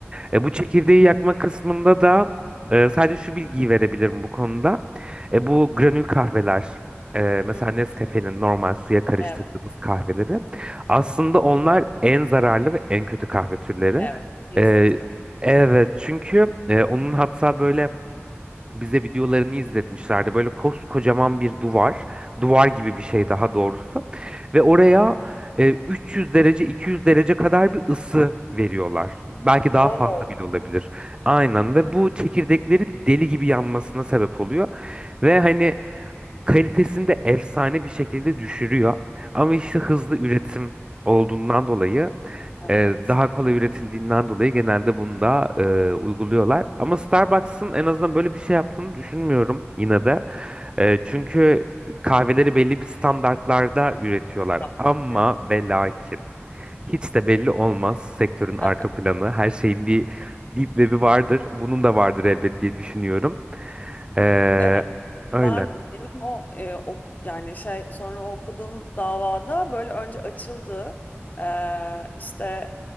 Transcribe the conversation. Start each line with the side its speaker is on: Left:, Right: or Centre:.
Left: hı,
Right: E, bu çekirdeği yakma kısmında da e, sadece şu bilgiyi verebilirim bu konuda. E,
Left: hı hı.
Right: bu granül kahveler, e, mesela
Left: hı.
Right: Nescafe'nin normal suya karıştırdığımız
Left: Evet,
Right: kahveleri aslında onlar en zararlı ve en kötü kahve türleri.
Left: evet. Instant
Right: E,
Left: kahve.
Right: evet çünkü e, onun hatta böyle bize videolarını izletmişlerdi. Böyle koskocaman bir duvar, duvar gibi bir şey daha doğrusu. Ve
Left: Hı
Right: oraya
Left: hı.
Right: e, 300 derece, 200 derece kadar bir ısı veriyorlar. Belki daha
Left: Wow.
Right: fazla bile olabilir. Aynen ve bu çekirdekleri deli gibi yanmasına sebep oluyor. Ve hani kalitesini de efsane bir şekilde düşürüyor. Ama işte
Left: Hı.
Right: hızlı
Left: hı.
Right: üretim olduğundan dolayı
Left: Evet.
Right: e, daha kolay üretildiğinden dolayı genelde bunu da e, uyguluyorlar. Ama Starbucks'ın en azından böyle bir şey yaptığını düşünmüyorum yine de. E, çünkü kahveleri belli bir standartlarda üretiyorlar.
Left: Yapmak
Right: Ama
Left: gerek.
Right: ve lakin hiç de belli olmaz sektörün arka
Left: Evet.
Right: planı. Her şeyin bir deep web'i vardır. Bunun da vardır elbet diye düşünüyorum. E,
Left: Evet,
Right: öyle.
Left: ben benim o e, ok yani şey sonra o okuduğum davada böyle önce açıldı. Ee, işte